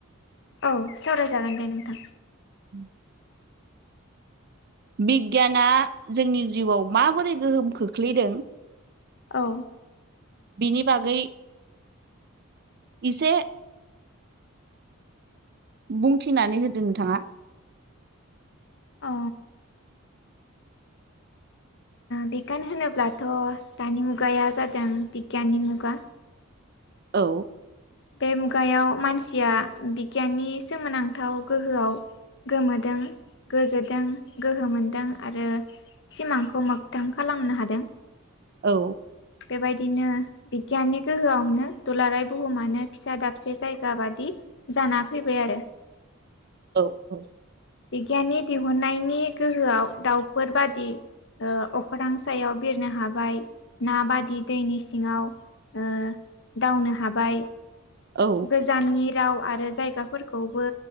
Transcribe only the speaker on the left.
औ सावरायजागोन दे नोंथां।
औ
औ बिगियान होनोब्लाथ' दानि मुगाया जादों बिगियाननि मुगा
बे मुगायाव मानसिया बिगियाननि सोमोनांथाव गोहोआव गोमोदों गोजोदों गोहो मोनदों आरो सिमांखौ मोगथां खालाम खालामनो हादों
बेबायदिनो बिगियाननि गोहोआवनो दुलाराय बुहुमानो फिसा दाबसे जायगा बादि जाना फैबाय आरो।
बिगियाननि दिहुननायनि गोहोआव दाउफोर बादि ओ अख्रां सायाव बिरनो हाबाय ना बादि दैनि सिङाव ओ दावनो हाबाय
गोजाननि राव आरो जायगाफोरखौबो